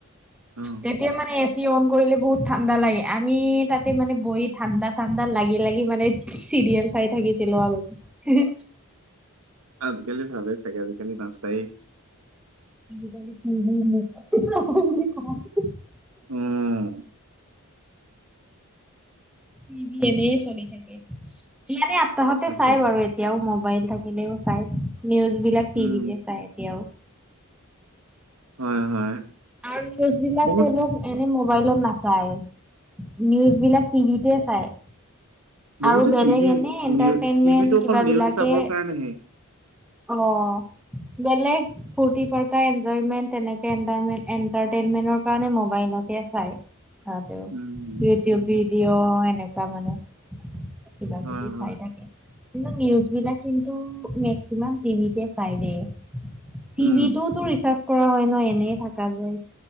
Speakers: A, on the right; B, in the centre.
A: হুম।
B: তেতিয়া মানে এ চি অন কৰিলে বহুত ঠাণ্ডা লাগে আমি তাতে মানে বহি ঠাণ্ডা, ঠাণ্ডা লাগি, লাগি মানে চিৰিয়েল চাই থাকিছিলোঁ আগতে।
A: আজিকালি ভালেই চাগে আজিকালি নাচায়।
B: হম হম
A: উম।
B: টিভি এনেই চলি থাকে, এনে আপ্তাহতে
A: তাকেইতো
B: চাই বাৰু। এতিয়াও মোবাইল থাকিলেও চাই, নিউজ বিলাক টিভিতে
A: উম
B: চাই এতিয়াও।
A: হয়, হয়।
B: আৰু নিউজ বিলাক
A: বহুত
B: তেওঁলোক এনে মবাইলত নাপায় নিজ বিলাক টিভিতে চাই।
A: বহুতে
B: আৰু বেলেগ
A: টিভি
B: এনে এণ্টাৰটেইনমেন্ট
A: নিউ টিভিটো অকল
B: কিবা
A: নিউজ
B: বিলাকে
A: চাবৰ কাৰণেহে
B: অ, বেলেগ ফুৰ্তি, ফাৰ্তা এনজয়মেন্ট তেনেকে এনটাৰমেট এণ্টাৰটেইনমেন্টৰ কাৰণে, মবাইলতে চাই তাহতেও। ট,
A: উম
B: ভিডিঅ এনেকুৱা মানে কিবা,
A: হয়,
B: কিবি
A: হয়,
B: চাই থাকে। কিন্তু নিউজ বিলাক কিন্তু মেক্সিমাম টিভিতে চাই দে। টিভিতটোওতো
A: উম,
B: ৰিচাৰ্জ কৰা হয়, ন এনে থকা যায়